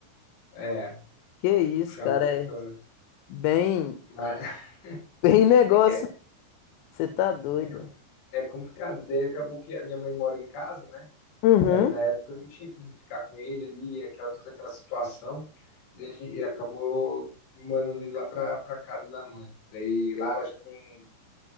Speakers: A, on the left; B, on the left.
A: É,
B: Que isso,
A: puxava
B: cara?
A: o poltrona.
B: É bem,
A: Mas
B: bem
A: <laughs>
B: <laughs> negócio.
A: é que é,
B: Você tá doido.
A: é, com- é complicado. Daí acabou que a minha mãe mora em casa, né?
B: Uhum.
A: E daí na época eu não tinha como ficar com ele ali, aquela, toda aquela situação. E, a gente- e acabou mandando ele lá pra, pra casa da mãe. Daí lá ela já tem,